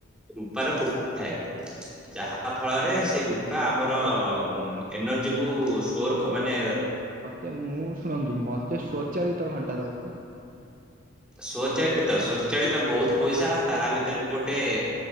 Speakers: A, in the centre; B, on the right.
A: ରୂପାର କୋଟିଂ ଥାଏ ଯାହା ଫଳରେ ସେ ରୂପା ଆମର ଏନର୍ଜିକୁ ଷ୍ଟୋର ମାନେ
B: ତ ମୁଁ ଶୁଣନ୍ତୁ ମତେ ସ୍ଵଚାଳିତ ଘଣ୍ଟା ଦରକାର।
A: ସ୍ଵଚାଳିତ ସ୍ଵଚାଳିତ ବହୁତ ପଇସା ଆଉ ତା ଭିତରେ ଗୋଟେ